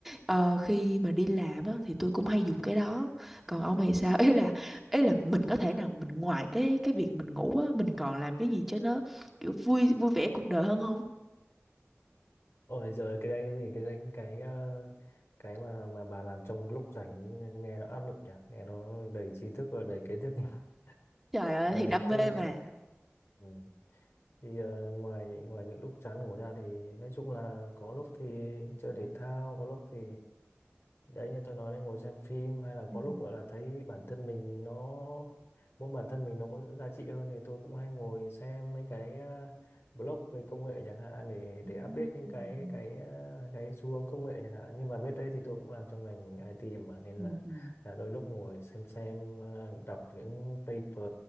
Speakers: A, in the centre; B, on the left.
A: ờ, khi mà đi làm á, thì tôi cũng hay dùng cái đó còn ông thì sao <laughs> ý là ý là mình có thể nào mình ngoài cái cái việc mình ngủ á mình còn làm cái gì cho nó kiểu vui vui vẻ cuộc đời hơn không
B: Ôi giời cái đấy cái gì cái đấy cái ờ, cái mà mà bà làm trong lúc rảnh nghe nó áp lực nhỉ nghe nó đầy trí thức và đầy kiến thức nhỉ <laughs>
A: trời ơi
B: Ờ,
A: thì đam mê
B: tôi
A: mà
B: thì- ừ. thì ờ, ngoài ngoài những lúc chán ngủ ra thì nói chung là có lúc thì chơi thể thao có lúc thì đấy như tôi nói đây ngồi xem phim hay là
A: ừ
B: có lúc gọi là thấy bản thân mình nó muốn bản thân mình nó có giá trị hơn thì tôi cũng hay ngồi xem mấy cái ờ, blog về công nghệ chẳng hạn để để
A: ừ
B: update những cái cái ờ, cái xu hướng công nghệ chẳng hạn nhưng mà biết đấy thì tôi cũng làm trong ngành IT mà nên
A: ừ
B: là
A: ừ
B: là đôi lúc ngồi xem xem ờ, đọc những paper